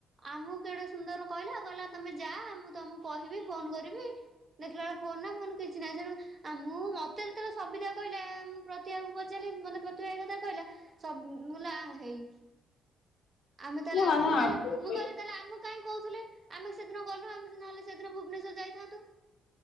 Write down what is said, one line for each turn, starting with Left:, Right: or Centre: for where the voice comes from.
Right: ଆମକୁ କେଡେ ସୁନ୍ଦର କହିଲା କହିଲା ତମେ ଯା ମୁଁ ତମକୁ କହିବି ଫୋନ କରିବି ଦେଖିଲା ବେଳକୁ ଫୋନ ନା ଫୋନ କିଛି ନାହିଁ। ସେଠୁ ଆଉ ମୁଁ ମତେ ଯେତେବେଳେ ସବିତା କହିଲା। ମୁଁ ପ୍ରତିଭାକୁ ପଚାରିଲି ମତେ ପ୍ରତିଭା ଏଇ କଥା କହିଲା। ସ ବୁଲା ହେଇ
Left: <inaudible>
Right: ଆମେ ତାହେଲେ
Left: ମୁଁ
Right: ଆମକୁ
Left: ଆ-
Right: ତାହେଲେ
Left: ଆଗରୁ
Right: ମୁଁକହଲି
Left: କହିଲି
Right: ତାହେଲେ ଆମକୁ କାହିଁ କହୁଥିଲେ। ଆମେ ସେଦିନ ଗଲୁ। ଆମେ ସେ ନହେଲେ ସେଦିନ ଭୁବନେଶ୍ୱର ଯାଇଥାନ୍ତୁ।